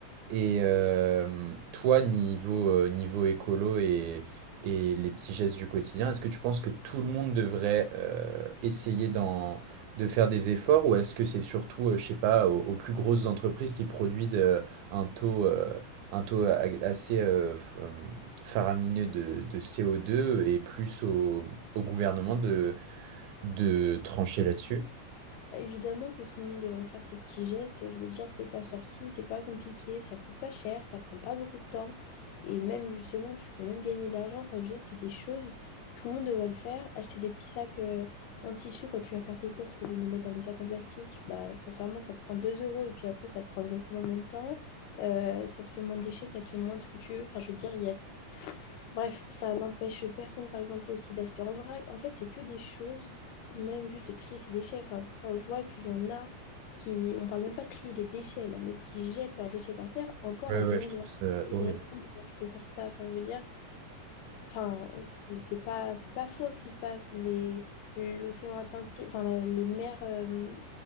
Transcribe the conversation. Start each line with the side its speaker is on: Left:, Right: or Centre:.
Right: Et euh, toi, niveau, euh, niveau écolo et, et les petits gestes du quotidien, est-ce que tu penses que tout le monde devrait euh, essayer d'en- de faire des efforts ou est-ce que c'est surtout, euh, je sais pas, aux, aux plus grosses entreprises qui produisent euh, un taux, euh, un taux a- assez euh, f- euh, faramineux de, de CO2 et plus au, au gouvernement de, de trancher là-dessus?
Left: Bah, évidemment que tout le monde devrait faire ces petits gestes. Je veux dire, c'est pas sorcier, c'est pas compliqué, ça coûte pas cher, ça prend pas beaucoup de temps. Et même, justement, tu peux même gagner de l'argent. Enfin, je veux dire, c'est des choses, tout le monde devrait le faire. Acheter des petits sacs euh, en tissu quand tu vas faire tes courses, au lieu de les mettre dans des sacs en plastique, bah, sincèrement, ça te prend 2 euros et puis après, ça te prend exactement le même temps. Euh, ça te fait moins de déchets, ça te fait moins de ce que tu veux. Enfin, je veux dire, il y a Bref, ça n'empêche personne, par exemple, aussi d'acheter en vrac. En fait, c'est que des choses, même juste de trier ses déchets. Enfin, quand je vois qu'il y en a qui, on parle même pas de trier des déchets, là, mais qui jettent leurs déchets par terre, encore
Right: Ouais,
Left: en
Right: ouais,
Left: 2025,
Right: je trouve ça horrible.
Left: je me demande comment je peux faire ça. Enfin, je veux dire, Enfin, c'est c'est pas, c'est pas faux ce qui se passe. Les, l'océan Atlantique, enfin, la- les mers, euh,